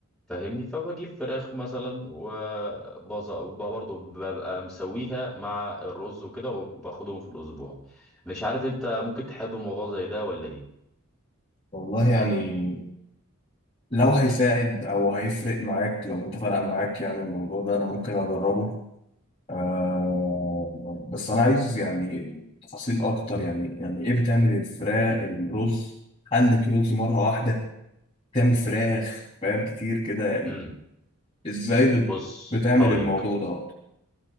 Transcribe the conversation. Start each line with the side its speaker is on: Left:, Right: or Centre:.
Centre: فاهمني فبجيب فراخ مثلا وبظ برضه ببقى مسويها مع الرز وكده وباخدهم في الاسبوع مش عارف انت ممكن تحب موضوع زي ده ولا ايه
Left: والله يعني لو هيساعد أو هيفرق معاك لو أنت فرق معاك يعني الموضوع ده أنا ممكن أجربه آه بس أنا عايز يعني تفاصيل أكتر يعني يعني إيه بتعمل الفراخ الرز قلة رز مرة واحدة بتعمل فراخ فاهم كتير كده يعني
Centre: امم
Left: إزاي بت-
Centre: بص
Left: بتعمل
Centre: هقول
Left: الموضوع
Centre: لك
Left: ده